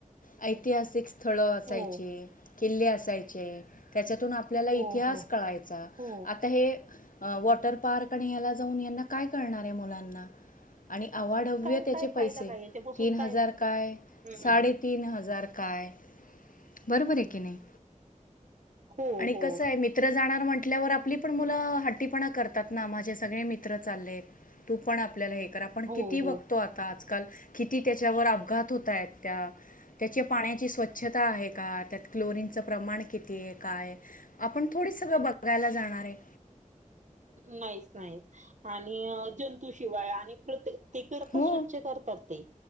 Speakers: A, on the left; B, on the right.
A: ऐतिहासिक स् स्थळं असायचे.
B: हो
A: किल्ले असायचे. त्याच्यातून आप आपल्याला, इतिहास
B: हो हो
A: कळायचा.
B: हो
A: आता हे, अ वॉटर पार्क आणि याला जाऊन, यांना काय कळणारय, मुलांना. आणि आवाढव्य
B: काय
A: त्याचे
B: काय
A: पैसे.
B: फायदा काय याच्यापासून
A: तीन
B: काय
A: हजार काय,
B: हम्म
A: साडे
B: हम्म हम्म
A: तीन हजार काय? बरोबरय की, नाही.
B: हो
A: आणि
B: हो
A: कसंय, मित्र जाणार म्हटल्यावर. आपली पण मुलं हट्टीपणा करतात ना. माझे सगळे मित त्र चाललेत. तू पण आपल्याला हे कर. आपण
B: हो
A: किती बघतो
B: हो
A: आताच. काल. किती, त्याच्यावर अपघात होतायत? त्या त्याची पाण्याची स्वच्छता आहे का? त्यात क्लोरीनचं प्रमाण कितीय? काय? आपण, थोडी सगळं बघायला जाणारय.
B: नाहीच, नाहीच. आणि जंतूशिवाय आणि प्रते करता,
A: हो
B: स्वच्छ करतात ते.